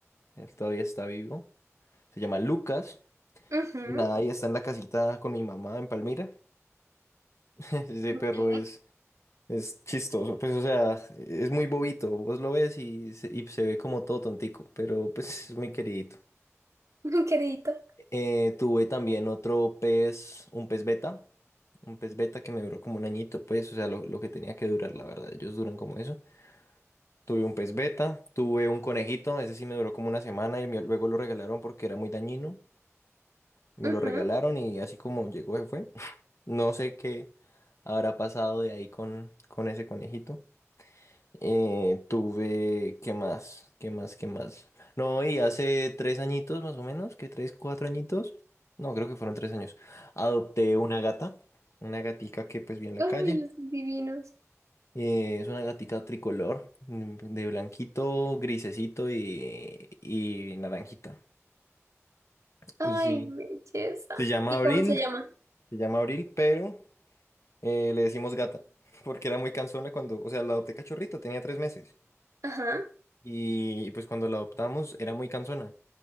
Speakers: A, on the left; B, on the right.
A: Él todavía está vivo. Se llama Lucas.
B: ujú,
A: Y nada, ahí está en la casita con mi mamá en Palmira. <laughs> Ese perro
B: Ok.
A: es, es chistoso. Pues, o sea, es muy bobito. Vos lo ves y, se- y se ve como todo tontico. Pero, pues, es muy queridito.
B: <laughs> Queridito.
A: Eh, tuve también otro pez, un pez beta. Un pez beta que me duró como un añito, pues, o sea, lo, lo que tenía que durar, la verdad. Ellos duran como eso. Tuve un pez beta, tuve un conejito, ese sí me duró como una semana y me- luego lo regalaron porque era muy dañino. Me
B: Ujú.
A: lo regalaron y así como llegó se fue. <laughs> No sé qué habrá pasado de ahí con, con ese conejito. Eh, tuve, ¿qué más? ¿Qué más? ¿Qué más? No, y hace tres añitos más o menos, que tres, cuatro añitos. No, creo que fueron tres años. Adopté una gata, una gatica que pues vi en la
B: Ay,
A: calle.
B: son divinos.
A: Eh, es una gatica tricolor, mm, de blanquito, grisecito y, y naranjita.
B: Ay,
A: Y sí,
B: belleza.
A: se llama
B: ¿Y
A: Abril,
B: cómo se llama?
A: se llama Abril, pero eh, le decimos gata, <laughs> porque era muy cansona cuando, o sea, la adopté cachorrita, tenía tres meses.
B: Ajá.
A: Y, y pues cuando la adoptamos era muy cansona.